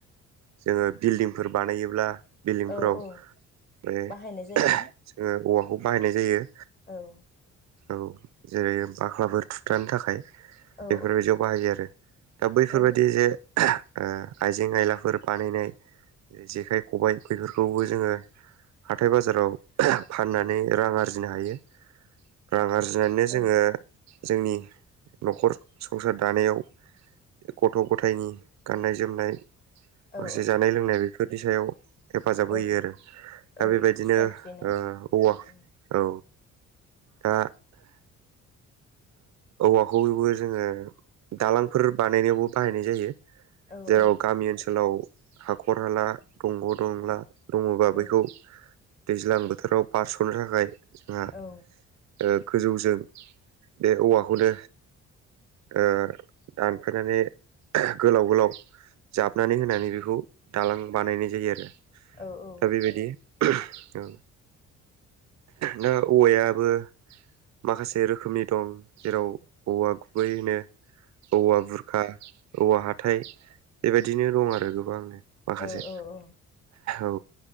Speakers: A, on the right (about 65°); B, on the left (about 30°).
A: जोङो बिल्डिंफोर बानायोब्ला बिल्डिंफोराव
B: औ औ
A: बे जोङो
B: बाहायनाय जायोना
A: औवाखौ बाहायनाय जायो
B: औ
A: औ जेरै बाख्लाफोर थुथानो थाखाय
B: औ
A: बेफोरबायदियाव बाहायो आरो दा बैफोरबायदि
B: औ
A: जे आइजें आयलाफोर बानायनाय जेखाइ खबबाय बेफोरखौबो जोङो हाथाय बाजाराव फाननानै रां आरजिनो हायो रां आरजिनानैनो जोङो
B: औ
A: जोंनि न'खर संसार दानायाव गथ' गथायनि गाननाय जोमनाय
B: औ
A: माखासे जानाय लोंनाय बेफोरनि सायाव हेफाजाब होयो
B: औ
A: आरो दा
B: औ
A: बेबायदिनो
B: खुस्रा खुस्रि ना
A: औवा
B: उम
A: औ दा औवाखौबो जोङो दालांफोर बानायनायावबो बाहायनाय जायो
B: औ
A: जेराव
B: औ
A: गामि ओनसोलाव हाखर हाला दंग' दंला दङबा
B: औ
A: बेैखौ दैज्लां बोथोराव बारस'नो थाखाय जोंहा
B: औ
A: ओ गोजौजों बे औवाखौनो ओ दानफायनानै गोलाव गोलाव जाबनानै होनानै बेखौ दालां बानायनाय जायो आरो
B: औ औ
A: दा बेबायदि औ दा औवायाबो माखासे रोखोमनि दं जेराव औवा गुबै होनो औवा बुरखा खा औवा हाथाइ बेबायदिनो दं आरो गोबां माखासे।
B: औ औ औ
A: औ